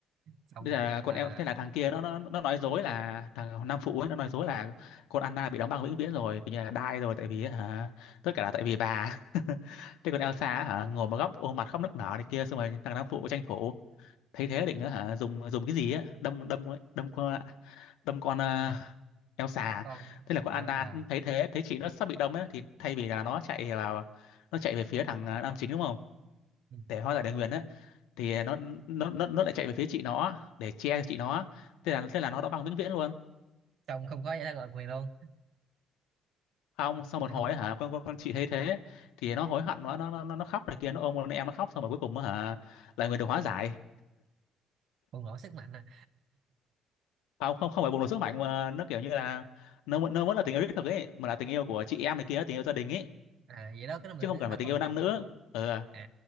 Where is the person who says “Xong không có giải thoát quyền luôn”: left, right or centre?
Right